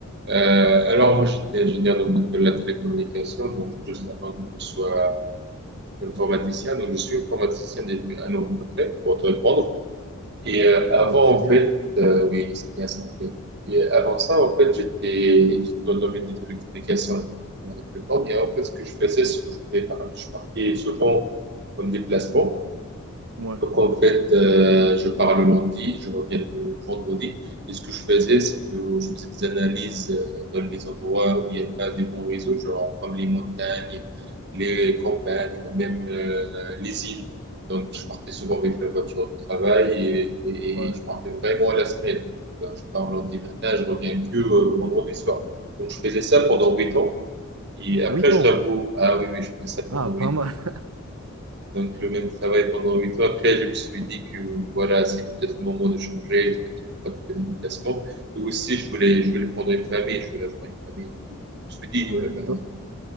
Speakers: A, on the right (about 50°); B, on the right (about 80°).
A: Euh, alors, moi, j'étais ingénieur dans de la télécommunication, donc juste avant que je sois informaticien. Donc, je suis informaticien depuis un an à peu près, pour te répondre. Et euh, avant,
B: Ah, c'est
A: en
B: bien.
A: fait, euh, oui, c'est bien ça. en fait. Et euh, avant ça, en fait, j'étais j'étais dans le domaine des télécommunications, j'étais dans la télécom. Et en fait, ce que je faisais, c'est que je, fais par- je partais souvent en déplacement.
B: Ouais,
A: Donc, en fait, euh, je pars le lundi, je reviens le vendredi. Et ce que je faisais, c'est que je faisais des analyses euh, dans les endroits où il n'y a pas de bons réseaux, genre comme les montagnes, les campagnes ou même euh, les îles. Donc, je partais souvent avec la voiture de travail et, et-
B: ouais.
A: et je partais vraiment à la semaine. Donc, je pars lundi matin, je reviens que euh, vendredi soir. Donc, je faisais ça pendant huit ans. Et après,
B: huit
A: je
B: ans.
A: t'avoue, ah oui, oui, je faisais ça pendant
B: Ah, pas
A: huit
B: mal.
A: ans.
B: <laughs>
A: Donc, le même travail pendant huit ans. Après, je me suis dit que voilà, c'est peut-être le moment de changer. J'étais un petit peu fatigué de mon déplacement. Et aussi, je voulais, je voulais fonder une famille. Je voulais avoir une famille. Je me suis dit,
B: Ouais.
A: euh, ben,
B: do-